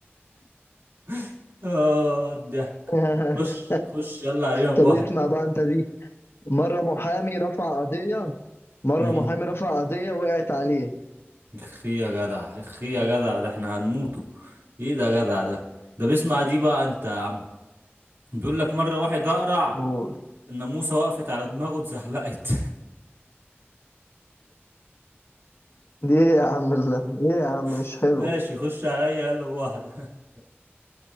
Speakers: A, on the right (about 60°); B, on the left (about 60°).
A: <laughs> آه الضحك
B: <laughs>
A: خش خش يلا علينا بواحدة
B: طب اسمع بقى انت دي مرة محامي رفع قضية مرة
A: <laughs>
B: محامي رفع قضية وقعت عليه
A: اخي يا جدع اخي يا جدع ده احنا هنموته ايه ده يا جدع ده ده بيسمع دي بقى انت يا عم بيقول لك مرة واحد أقرع
B: قول
A: الناموسة وقفت على دماغه اتزحلقت
B: دي ايه يا عم الله ايه يا عم مش
A: <laughs>
B: حلو
A: ماشي خش عليا يلا بواحدة <laughs>